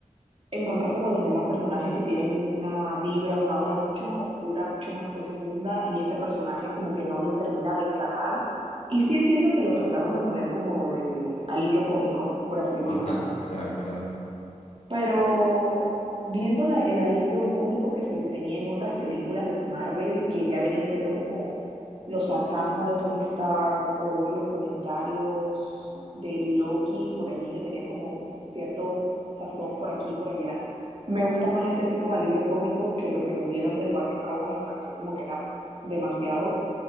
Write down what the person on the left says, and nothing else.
ajá, claro, claro.